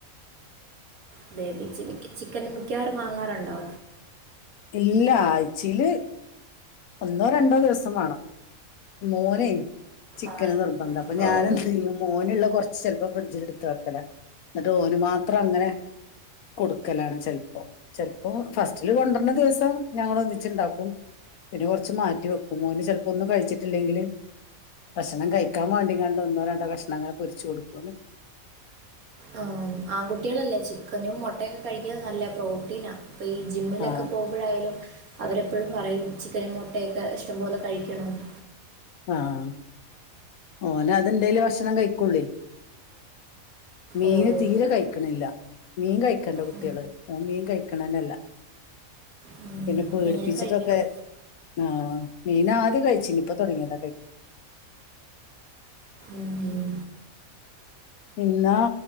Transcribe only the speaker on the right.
അതേ അതെ, ചിക്കന് മിക്കവാറും വാങ്ങാറുണ്ടോ?
ആഹ്
ഓഹ്
ആഹ്, ആൺകുട്ടികളല്ലേ? ചിക്കനും മൊട്ടൊക്കെ കഴിക്ക്ന്നത് നല്ല പ്രോട്ടീനാ. അപ്പൊ, ഈ ജിമ്മിലൊക്കെ
പോകുമ്പോഴായാലും അവരെ എപ്പോഴും പറയും ചിക്കനും മുട്ടയൊക്കെ ഇഷ്ടംപോലെ കഴിക്കണംന്ന്.
ഓഹ്
ഉം
ഉം
മീനും കഴിക്കണം.
ഉം ഉം